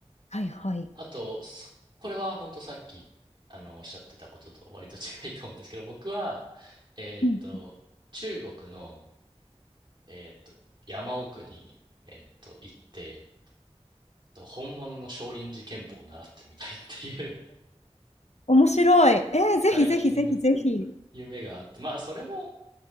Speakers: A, on the left (about 75°); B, on the right (about 45°).
A: はいはい。
B: <laughs> あと、そこれは本当さっき、あの、おっしゃってたことと割と違いと思うんですけど、僕は、えーっと、
A: うん。
B: 中国の、えーっと、山奥に、えーっと、行って、えっと本物の少林寺拳法を習ってみたいっていう
A: 面白い。ええ、
B: <laughs> 最近の
A: ぜひぜひぜひぜひ。
B: 夢があって、まあ、それも、